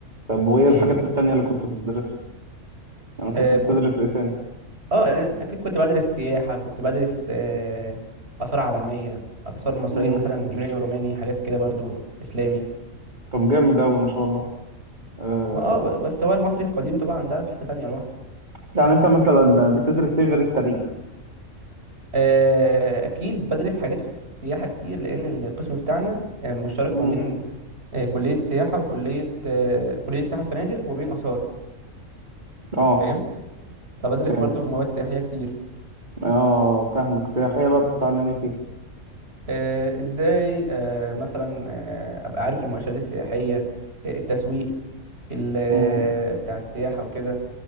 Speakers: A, on the right (about 35°); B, on the right (about 50°).
A: طب وايه الحاجات
B: امم
A: التانية اللي كنت بتدرسها؟ انا كنت
B: آه
A: بتدرس
B: كنت
A: ايه تاني؟
B: اه اكيد كنت بدرس سياحه كنت بدرس آه، اثار عالميه اثار مصريه
A: امم
B: مثلا يوناني وروماني حاجات كده برضو اسلامي
A: طب جامد اوي ما شاء الله آه
B: ما- اه ب- بس هو المصري القديم طبعا ده في حته تانية لوحده
A: يعني انت مثلا بتدرس ايه غير التاريخ؟
B: آه، اكيد بدرس حاجات في السياحه كتير لان القسم بتاعنا آه، مشترك
A: امم
B: ما بين آه، كليه سياحه وكليه آه، كليه سياحه وفنادق وبين اثار
A: اه
B: فاهم فبدرس
A: فاهم
B: برضو مواد سياحيه كتير
A: اه فاهمك سياحية بقى بتتعلم ايه فيها؟
B: آه، ازاي آه، مثلا آه، ابقى عارف المؤشرات السياحيه آه، التسويق ال- آه،
A: امم
B: بتاع السياحه وكده